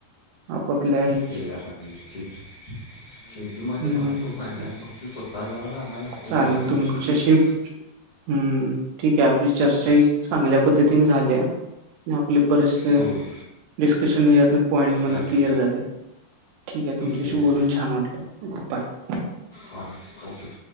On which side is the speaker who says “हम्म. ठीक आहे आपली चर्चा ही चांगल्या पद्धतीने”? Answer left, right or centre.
Right